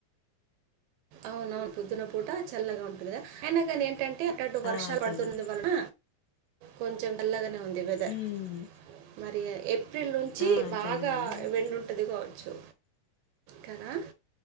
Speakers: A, on the right; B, on the left.
A: ఔన్ ఔన్ పొద్దున పూట చల్లగ ఉంటుంది. గద అయిన కాని ఏంటంటె? అయితె అక్కడు వర్షాల్
B: ఆ
A: పడుతుంద
B: చల్లగా
A: వలన కొంచెం చల్లగానే ఉంది. ఈ వెదర్
B: ఉమ్
A: మరి ఏప్రిల్ నుంచీ,
B: ఆ
A: బాగా
B: చల్లగానే ఉంది
A: వెండ ఉంటది చ్చు కదా,